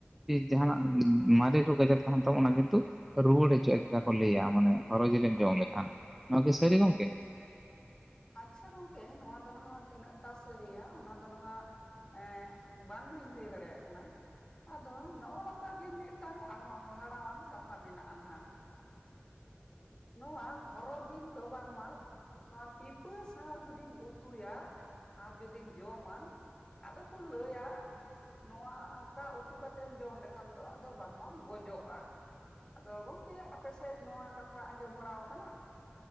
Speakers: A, in the centre; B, on the left (about 25°).
A: ᱡᱟᱦᱟᱱᱟᱜ ᱢᱟᱨᱮ ᱨᱚᱜᱽ ᱟᱡᱟᱨ ᱛᱟᱦᱮᱱ ᱛᱟᱵ ᱚᱱᱟ ᱠᱤᱱᱛᱩ ᱨᱩᱣᱟᱹᱲ ᱦᱚᱪᱚᱜ ᱪᱠᱟ ᱠᱚ ᱞᱟᱹᱭᱟ ᱢᱟᱱᱮ ᱦᱚᱨᱚ ᱡᱤᱞᱮᱢ ᱡᱚᱢ ᱞᱮᱠᱷᱟᱱ ᱱᱚᱣᱟ ᱠᱤ ᱥᱟᱹᱨᱤ ᱜᱚᱝᱠᱮ
B: ᱟᱪᱪᱷᱟ ᱜᱚᱝᱠᱮ ᱱᱚᱣᱟ ᱫᱚ ᱱᱟᱦᱟᱜ ᱛᱤᱱᱟᱹᱜ ᱴᱟ ᱥᱟᱹᱨᱤᱭᱟ ᱚᱱᱟ ᱫᱚ ᱱᱟᱦᱟᱜ ᱮ ᱵᱟᱫ ᱵᱟᱝ ᱜᱮᱞᱤᱧ ᱞᱟᱹᱭ ᱫᱟᱲᱮᱭᱟᱜ ᱠᱟᱱᱟ᱾ ᱟᱫᱚ ᱱᱚᱜ-ᱚ ᱱᱚᱝᱠᱟ ᱜᱮ ᱢᱤᱫᱴᱟᱝ ᱟᱨᱦᱚᱸ ᱦᱟᱦᱟᱲᱟᱣᱟᱱ ᱠᱟᱛᱷᱟ ᱢᱮᱱᱟᱜ-ᱟ ᱱᱟᱦᱟᱜ᱾ ᱱᱚᱣᱟ ᱦᱚᱨᱚ ᱡᱤᱞ ᱫᱚ ᱵᱟᱝᱢᱟ ᱱᱚᱣᱟ ᱯᱤᱯ ᱩᱨᱟᱹ ᱥᱟᱶ ᱡᱩᱫᱤᱢ ᱩᱛᱩᱭᱟ ᱟᱨ ᱡᱩᱫᱤᱢ ᱡᱚᱢᱟ ᱟᱫᱚ ᱠᱚ ᱞᱟᱹᱭᱟ ᱱᱚᱠᱟ ᱩᱛᱩ ᱠᱟᱛᱮᱢ ᱡᱚᱢ ᱞᱮᱠᱷᱟᱱ ᱫᱚ ᱟᱫᱚ ᱵᱟᱝ ᱢᱟᱢ ᱜᱚᱡᱚᱜ-ᱟ᱾ ᱟᱫᱚ ᱜᱚᱝᱠᱮ ᱟᱯᱮᱥᱮᱫ ᱱᱚᱣᱟ ᱠᱟᱛᱷᱟ ᱟᱸᱡᱚᱢ ᱵᱟᱲᱟ ᱟᱠᱟᱱᱟ